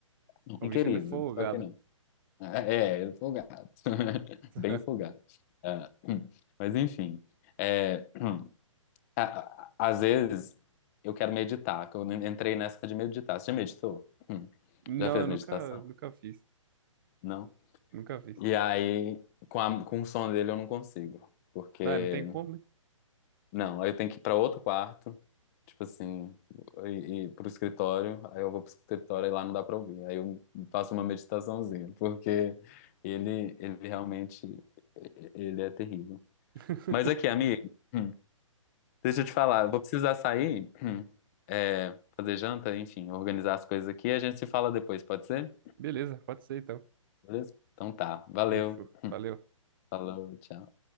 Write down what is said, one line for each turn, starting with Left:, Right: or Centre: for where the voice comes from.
Left: Um
Right: O bicho
Left: querido,
Right: ainda é folgado.
Left: só que não. É, é ele é folgado. <laughs>
Right: <laughs>
Left: Bem folgado. É, Mas enfim, é, a- a- às vezes eu quero meditar, que eu entrei nessa de meditar. Você já meditou? Hum.
Right: Não,
Left: Já fez
Right: eu nunca,
Left: meditação?
Right: nunca fiz.
Left: Não?
Right: Nunca fiz.
Left: E aí, com, a, com o som dele eu não consigo, porque
Right: Não, não tem como, né?
Left: Não, aí eu tenho que ir pra outro quarto, tipo assim, e, e pro escritório, aí eu vou pro escritório e lá não dá pra ouvir. Aí eu faço uma meditaçãozinha, porque ele, ele realmente, e- ele é terrível.
Right: <laughs>
Left: Mas aqui, amigo, hum, deixa eu te falar, eu vou precisar sair, hum, é, fazer janta, enfim, organizar as coisas aqui, e a gente se fala depois, pode ser?
Right: Beleza, pode ser então.
Left: Beleza? Então tá, valeu,
Right: Fechou. Valeu.
Left: falou, tchau.